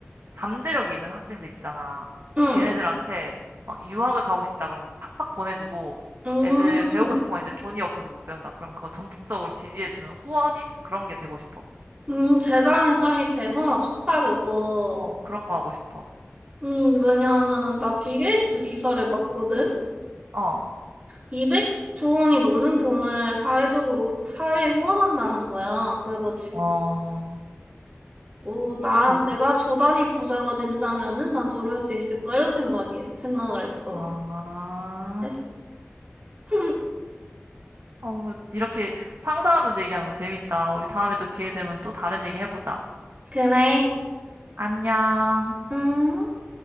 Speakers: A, on the right; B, on the right.
A: 잠재력이 있는 학생들 있잖아.
B: 응,
A: 걔네들한테 막 유학을 가고 싶다 그러면 팍팍 보내주고
B: 응.
A: 애들 배우고
B: 음,
A: 싶은 거 있는데 돈이 없어서 못 배운다. 그럼 그거 전폭적으로 지지해주는 후원인? 그런 게 되고 싶어.
B: 음, 재단을 설립해서 좋다 그거.
A: 어, 그런 거 하고 싶어.
B: 음, 왜냐하면은 나 빌게이츠 기사를 봤거든.
A: 어,
B: 200조 원이 넘는 돈을 사회적으로, 사회에 후원한다는 거야. 그래가지고,
A: 어,
B: 어, 나,
A: 그,
B: 내가 조단위 부자가 된다면은 난 저럴 수 있을까? 이런 생각이, 생각을 했어.
A: 아,
B: 그래서 <laughs>
A: 어, 그- 이렇게 상상하면서 얘기하는 거 재밌다. 우리 다음에 또 기회 되면 또 다른 얘기 해보자.
B: 그래.
A: 안녕.
B: 음.